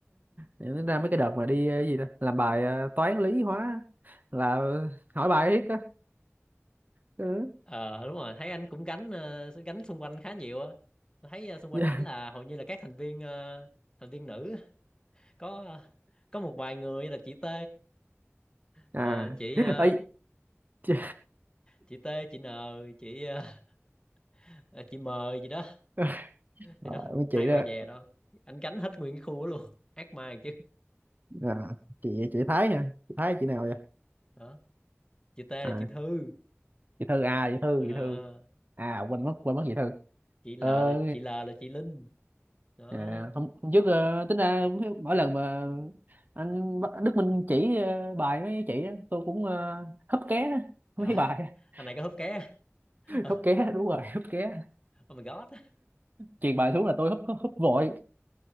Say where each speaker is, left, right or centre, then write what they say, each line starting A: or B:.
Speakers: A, on the right; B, on the left.
A: tính ra mấy cái đợt mà đi à, cái gì đó làm bài à, toán lý hóa là hỏi bài riết á ừ.
B: ờ đúng rồi thấy anh cũng gánh ờ, gánh xung quanh khá nhiều á Tôi thấy ờ, xung
A: <laughs>
B: quanh
A: Dạ.
B: ảnh là hầu như là các thành viên ờ, thành viên nữ <laughs> có ờ, có một vài người là chị T
A: à
B: ờ, chị ờ,
A: ấy chị,
B: chị T chị N chị ờ, ờ, chị M gì đó
A: <laughs> Ờ,
B: thì đó
A: mấy
B: ai
A: chị đó
B: mà dè đâu anh gánh hết nguyên cái khu đó luôn ác ma chứ
A: à, chị chị Thái hả chị Thái chị nào vậy
B: đó chị T là
A: à,
B: chị Thư
A: chị Thư à chị Thư
B: à,
A: chị Thư à quên mất quên mất chị Thư
B: chị L
A: ờ,
B: là chị L là chị Linh đó
A: À, hôm, hôm trước ờ, tính ra mỗi lần mà anh B- Đức Minh chỉ ờ, bài mấy chị á, tôi cũng ờ, húp ké mấy
B: à,
A: bài <laughs>
B: anh này có húp ké <laughs>
A: hấp ké đúng rồi hấp ké
B: oh my god
A: truyền bài xuống là tôi hấp hấp húp vội